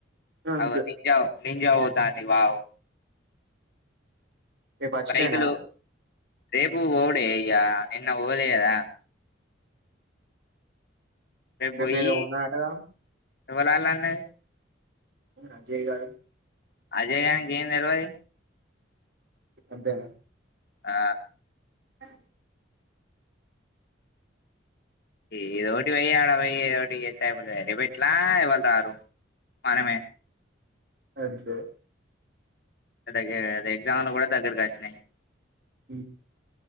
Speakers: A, on the right; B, on the left.
A: అంతే
B: అగో నిజాం నింజావుతాని వా
A: రేపు అచ్చుడేనా
B: బైకులు రేపు పోవుడే అయ్యా నిన్న ఓలే కదా రేపు పోయి
A: ఏదో ఉన్నాడటగా
B: ఎవలాల్లు అన్నది
A: అజయ్ గాడ్
B: అజయ్ గానికి ఏం తెలవాది
A: అంతేనా
B: ఆ
A: ఆ
B: ఏదోటి పోయ్యి ఆడ పోయ్య ఏదోటి చేస్తే అయిపోతది రేపు ఎట్లా ఎవ్వలు రారు మనమే
A: అంతే
B: దగ్గర అ ఎగ్జామ్లు కూడా దగ్గరకు వచ్చినయ్
A: ఉ